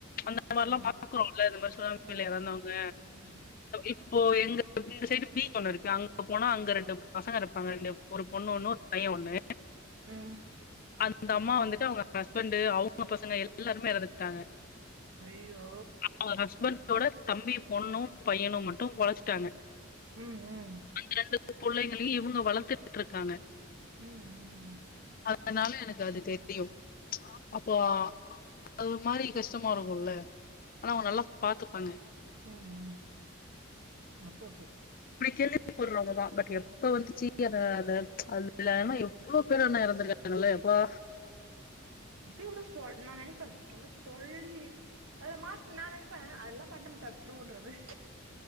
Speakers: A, on the left; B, on the right.
A: அந் த மார்லா
B: ம்
A: பாக்குறோல்ல இந்த மாரி சுனாமி
B: ம்
A: ல எறந்தவங்க
B: ம்
A: இப்போ எங்க இந்த சைடு பீச் ஒண்ணு இருக்கு அங்க போனா அங்க ரெண்டு பசங்க இருப்பாங்க ரெண்டு ஒரு பொண்ணு ஒண்ணு பைய ஒண்ணு
B: ம்
A: அந்த அம்மா வந்துட்டு அவங்க ஹஸ்பண்ட்டு அவங்க பசங்க எல்லாருமே எறந்துட்டாங்க
B: அய்யோ
A: அவங்க ஹஸ்பண்டோட தம்பி பொண்ணு பையனு மட்டு பொழச்சுட்டாங்க
B: ம் ம்
A: ரெண்டு புள்ளைங்களையு இவுங்க வளத்துட்ருக்காங்க
B: ம் ம்
A: அதனால எனக்கு அது தெரியு அ அப்போ அது ஒரு மாரி கஷ்டமா இருக்குல்ல
B: ஆமா
A: ஆனா அவுங்க நல்லா பாத்துப்பாங்க
B: ம் ம் இப் ஓகே
A: புடிக்கலடி ஊர்ளோவங்க தா பட் எப்ப வந்துச்சு அத அந்த அதுல எவ்ளோ பேர் ஆனா இறந்திருக்காங்கல எப்பா
B: இப்ப கூட சொ நா நெனைப்ப நம்ம சொழலி அதுல மாட்ட நா நனைப்பே அதல்லா மாட்னா நம்ம தப்ச்சிருவோன்ற மாரி